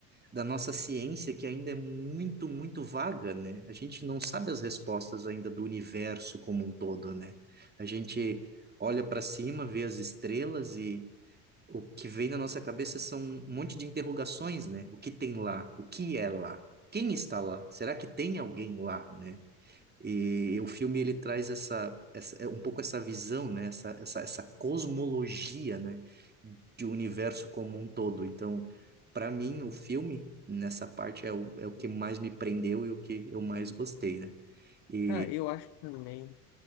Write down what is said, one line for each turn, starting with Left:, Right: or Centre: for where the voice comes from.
Right: da nossa ciência que ainda é muito, muito vaga, né? A gente não sabe as respostas ainda do universo como um todo, né? A gente olha para cima, vê as estrelas e o que vem na nossa cabeça são um monte de interrogações, né? O que tem lá? O que é lá? Quem está lá? Será que tem alguém lá, né? E o filme ele traz essa, essa é um pouco essa visão, né? Essa, essa, essa cosmologia, né? De um universo como um todo. Então, para mim, o filme nessa parte é o, é o que mais me prendeu e o que eu mais gostei, né? E
Left: Ah, eu acho também.